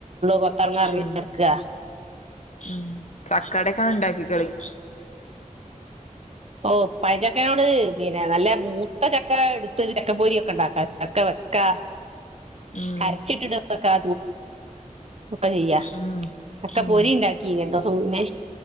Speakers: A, on the right; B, on the left.
A: കൊത്തളങ്ങാ ഇറങ്ങി
B: ഉം
A: കിടക്കുവാ
B: ഉം ചക്കേടെ ഉണ്ടക്കി കളയും
A: ഓ പഴം ചക്കേനോട് പിന്നെ നല്ല മൂത്ത ചക്ക എടുത്തു ചക്കപ്പൊരി ഒക്കെ ഉണ്ടാക്കാം.
B: ഉം
A: ഹരിച്ചിട്ടിട്ട് കാ ക്കെ ചെയ്യ
B: ഉം
A: ചക്ക
B: ഉം
A: പൊരിയുണ്ടാക്കിനി തു നെ